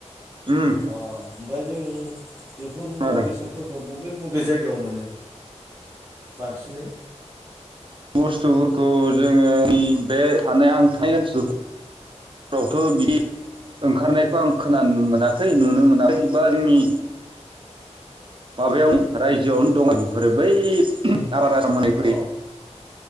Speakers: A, on the right (about 45°); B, on the right (about 20°).
A: उम
B: अ ओमफ्राय जोंनि बेफोर
A: खोनादों
B: मुवा बेसादफोरखौे बबे‌ बबे जायगायाव मोनो बांसिनै
A: बुस्थुफोरखौ जोङो बे थानाय आं थानाय ओनसोल आवथ' बिदि ओंखारनायखौ आं खोनानो मोनाखै नुनो मोनाखै बा जोंनि माबायावनो रायजोआवनो दं बेफोरो बै आबाद आ मानिफोर
B: अ